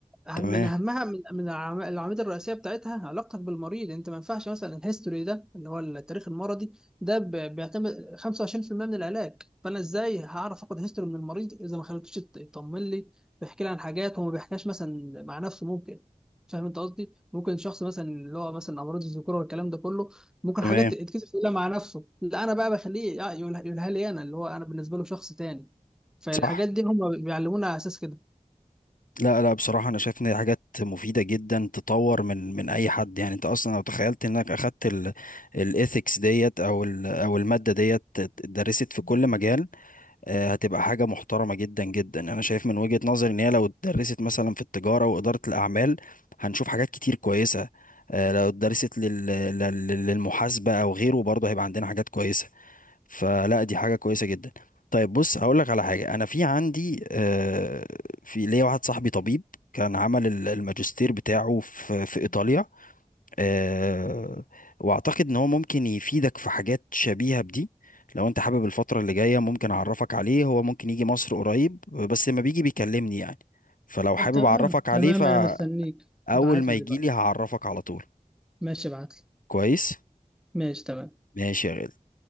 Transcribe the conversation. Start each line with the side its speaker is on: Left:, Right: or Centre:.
Centre: أهم
Left: تمام
Centre: من أهمها من من العم- العواميد الرئيسية بتاعتها علاقتك بالمريض أنت ما ينفعش مثلا الهيستوري ده اللي هو التاريخ المرضي ده ب- بيعتمد 25% من العلاج فأنا إزاي هعرف آخد هيستوري من المريض إذا ما خليتوش يط- يطمن لي بيحكي لي عن حاجات هو ما بيحكيهاش مثلا مع نفسه ممكن فاهم أنت قصدي؟ ممكن شخص مثلا اللي هو مثلا أمراض الذكورة والكلام ده كله ممكن
Left: تمام
Centre: حاجات يتكتب يقولها مع نفسه لا أنا بقى بخليه يقولها يقولها لي أنا اللي هو أنا بالنسبة له شخص تاني فالحاجات
Left: صح
Centre: دي هم بيعلمونا على أساس كده
Left: لا لا بصراحه انا شايف ان دي حاجات مفيده جدا تطور من من اي حد يعني انت اصلا لو تخيلت انك اخدت الايثكس ديت او ال- او الماده ديت اتدرست في كل مجال آه، هتبقى حاجة محترمة جدا جدا أنا شايف من وجهة نظري إن هي لو اتدرست مثلا في التجارة وإدارة الأعمال هنشوف حاجات كتير كويسة آه، لو اتدرست لل... لل... للمحاسبة أو غيره برضه هيبقى عندنا حاجات كويسة فلا دي حاجة كويسة جدا طيب بص هقول لك على حاجة أنا في عندي آه، في ليا واحد صاحبي طبيب كان عمل ال- الماجستير بتاعه في في إيطاليا آه، واعتقد ان هو ممكن يفيدك في حاجات شبيهة بدي لو انت حابب الفترة اللي جاية ممكن اعرفك عليه هو ممكن يجي مصر قريب بس لما بيجي بيكلمني يعني فلو
Centre: طب
Left: حابب
Centre: تمام
Left: اعرفك عليه
Centre: تمام
Left: فاول
Centre: انا مستنيك ابعت
Left: ما
Centre: لي
Left: يجي
Centre: دلوقتي
Left: لي هعرفك على طول
Centre: ماشي ابعت لي
Left: كويس
Centre: ماشي تمام
Left: ماشي يا غالي